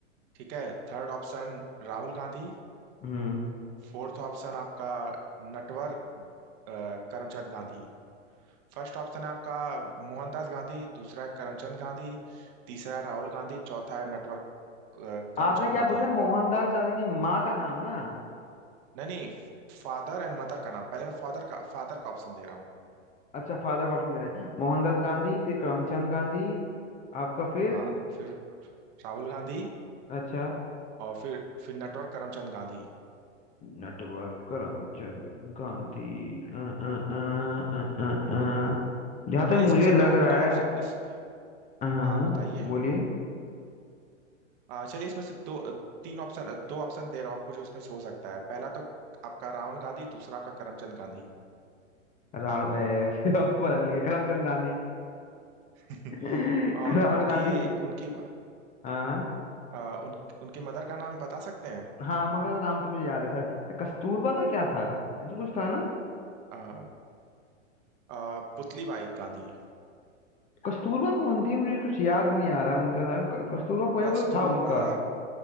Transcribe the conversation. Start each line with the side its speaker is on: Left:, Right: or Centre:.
Right: ठीक है third option Rahul Gandhi
Left: हम्म
Right: Fourth option आपका नटवर अ, करमचंद गांधी फर्स्ट ऑप्शन है आपका मोहनदास गांधी दूसरा है करमचंद गांधी तीसरा है राहुल गांधी चौथा है नटवर अ, करमचंद
Left: आपने क्या
Right: गांधी
Left: पूछा मोहनदास गांधी की माँ का नाम ना
Right: नहीं नहीं फादर एंड मदर का नाम पहले मैं फादर का फादर का ऑप्शन दे रहा हूँ
Left: अच्छा फादर का ऑप्शन दे रहे हैं मोहनदास गांधी फिर करमचंद गांधी आपका फिर
Right: हाँ फिर राहुल गांधी
Left: अच्छा
Right: और फिर फिर नटवर करमचंद गांधी
Left: नेटवर्क करमचंद गांधी अ, अ, अ, अ, अ, अ। जहाँ तक
Right: चलिए इसमें
Left: मुझे
Right: से
Left: लग
Right: दो
Left: रहा
Right: दो ऑप्शन
Left: है
Right: इस
Left: हाँ हाँ,
Right: हाँ
Left: हाँ,
Right: बताइए
Left: बोलिए
Right: आ, चलिए इसमें से दो तीन ऑप्शन दो ऑप्शन दे रहा हूँ आपको जो इसमें से हो सकता है पहला तो आपका राहुल गांधी दूसरा आपका करमचंद गांधी
Left: राहुल ए, <laughs> फिर अब तो पता चल गया करमचंद गांधी
Right: <laughs>
Left: <laughs> राहुल
Right: और उनकी
Left: गांधी
Right: उनकी
Left: हाँ
Right: आ, उन, उनके मदर का नाम बता सकते हैं
Left: हाँ हाँ, मंगल राम तो मुझे याद है सर कस्तूरबा का क्या था ऐसा कुछ था ना
Right: आ, आ, पुतली बाई गांधी
Left: कस्तूरबा कौन थी मुझे कुछ याद नहीं आ रहा उनका नाम। क- कस्तूरबा कोई
Right: कस्तूरबा
Left: कोई था उनका